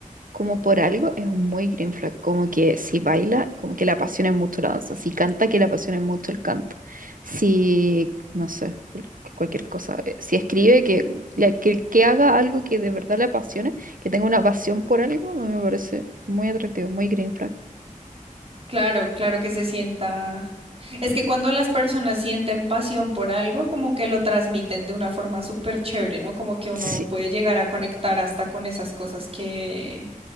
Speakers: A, on the right (about 75°); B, on the right (about 45°).
A: como por algo, es un muy green flag. Como que si baila, como que le apasiona mucho la danza. Si canta, que le apasiona mucho el canto. Si, no sé, cualquier cosa. eh, Si escribe, que, le- que, que haga algo que de verdad le apasione, que tenga una pasión por algo, me parece muy atractivo, muy green flag.
B: Claro, claro que se sienta. Es que cuando las personas sienten pasión por algo, como que lo transmiten de una forma súper chévere, ¿no? Como que uno
A: Sí.
B: puede llegar a conectar hasta con esas cosas que,